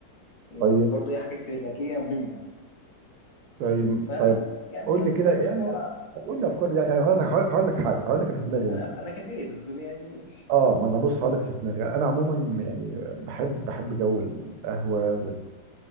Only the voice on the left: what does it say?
يعني
برضه هي حاجه استهلاكيه مهمه
ف
يعني
انت لو
تفتح
مشروع آه،
انا انا كافيه بس ب- يعني